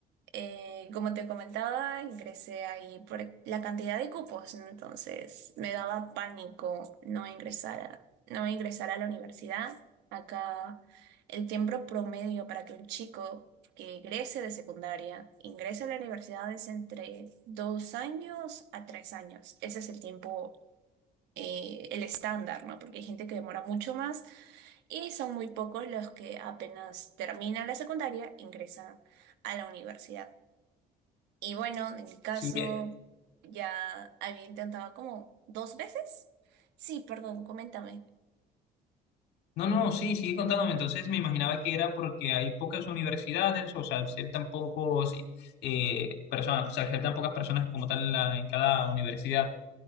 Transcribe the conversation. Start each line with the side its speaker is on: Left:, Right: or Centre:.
Right: Eh, como te comentaba, ingresé ahí por la cantidad de cupos, ¿no? entonces me daba pánico no ingresar a, no ingresar a la universidad. Acá el tiempo promedio para que un chico que egrese de secundaria ingrese a la universidad es entre dos años a tres años. Ese es el tiempo, eh, el estándar, ¿no? Porque hay gente que demora mucho más y son muy pocos los que apenas terminan la secundaria ingresan a la universidad. Y bueno, en mi caso,
Left: Sigue.
Right: ya había intentado como dos veces. Sí, perdón, coméntame.
Left: No, no, sí, sigue contándome. Entonces me imaginaba que era porque hay pocas universidades, o sea, aceptan pocos eh, personas, o sea, aceptan pocas personas como tal en, la- en cada universidad